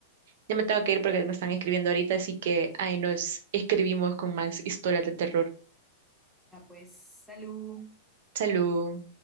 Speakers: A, on the right; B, in the centre.
A: ya me tengo que ir porque me están escribiendo ahorita, así que ahí nos escribimos con más historias de terror.
B: Ah, pues, salud.
A: Salud.